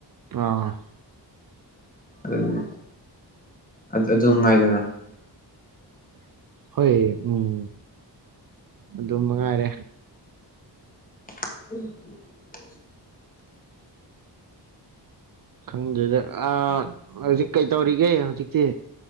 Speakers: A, on the right; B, on the left.
A: ꯑꯥ
B: ꯑꯗꯨꯅꯤ ꯑꯗꯨ ꯑꯗꯨꯝ ꯉꯥꯏꯗꯅ <inaudible>
A: ꯍꯣꯏ ꯎꯝ ꯑꯗꯨ ꯃꯉꯥꯏꯔꯦ
B: <unintelligible>
A: ꯇꯪꯗꯦꯗ ꯑꯥ ꯍꯧꯖꯤꯛ ꯀꯩꯗꯧꯔꯤꯒꯦ ꯍꯧꯖꯤꯛꯁꯦ